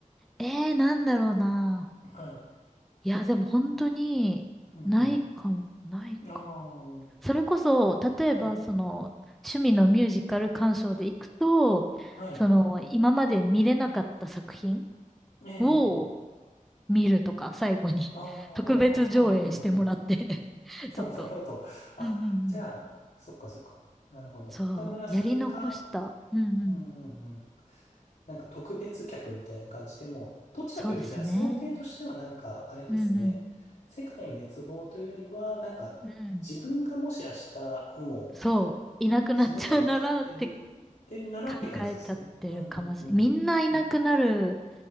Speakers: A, in the centre; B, on the left.
A: ええー、なんだろうな。
B: はい。
A: いや、でも本当に、
B: うんうん。
A: ないかも、ないか。
B: ああ、
A: それこそ、例えば、
B: はい。
A: その、趣味のミュージカル鑑賞で行くと、
B: はい。
A: その、今まで見れなかった作品
B: えええ
A: を見るとか、最後に <laughs>
B: ああ、
A: 特別上映してもらって
B: はいはいはい。
A: <laughs>
B: <laughs>
A: ちょっと。
B: なるほど。あ、
A: うんうんうん。
B: じゃあ、そっかそっか。なるほど。
A: そう、
B: 岡村さんが、
A: やり残した。うんうん。
B: うんうんうん。なんか特別客みたいな感じでもう、どっちかというと、
A: そうですね。
B: じゃあ想定としてはなんか、あれですね。
A: うん
B: 世界滅亡というよりは、なんか、
A: うん。うん。
B: 自分がもし明日、も
A: そう、いなくなっちゃうならって
B: う死ぬと分かってるってんならって感じですよね。
A: 考えちゃってるかもしれ、
B: うんうんうん。
A: みんないなくなる。
B: なるほ